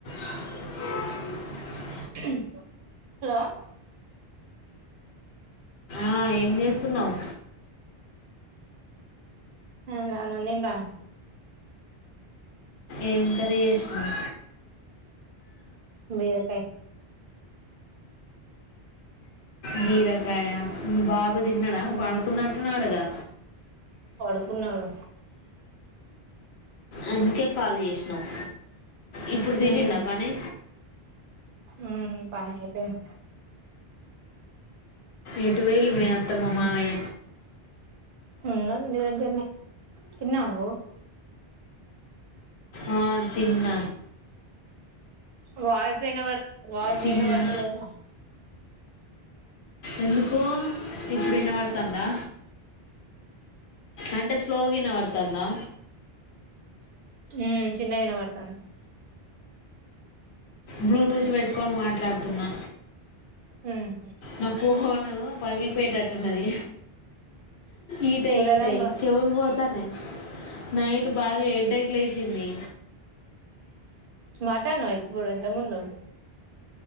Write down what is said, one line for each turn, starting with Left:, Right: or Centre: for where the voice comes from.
Left: <inaudible>
Right: ఉమ్ hello
Left: ఆ ఏం చేస్తున్నావు
Right: ఉమ్ అన్నిండను
Left: ఏం కర్రీ చేసినవు
Right: బీరకాయ్
Left: బీరకాయ మీ బా బు తిన్నాడా
Right: మ్మ్
Left: పడుకున్నట్టు ఉన్నాడు గా
Right: పడుకున్నాడు
Left: అందుకే కాల్ జేసినావ్ ఇప్పుడు తీరిందా
Right: మ్మ్
Left: పని
Right: మ్మ్ పని అయిపోయింది
Left: ఎటు పోయింలు మీ అత్తమ్మ మావయ్య
Right: ఉన్నారు ఇంటి దగ్గర్నే తిన్నావా నువ్వు
Left: ఆ తిన్న
Right: వాయిస్ ఇనబడద్ వాయిస్
Left: తిన్నా
Right: ఇనబడతలేదు
Left: ఎందుకో ఇప్పుడు ఇనపడుతందా అంటే స్లోగా ఇనపాడత్ తన్నా
Right: ఉ చిన్నగిన ఇనపడుతంది
Left: బ్లూటూత్ పెట్టుకొని మాట్లాడుతున్నా
Right: ఉమ్
Left: నా ఫోను పగిలిపోయేటట్టున్నది ఈట అయి
Right: ఈ విధంగా
Left: ఈట అయి చెవులు పోతానాయి నైట్ బాగా హెడేక్ లేసింది
Right: మతానావ ఇప్పుడు ఇంతక ముందు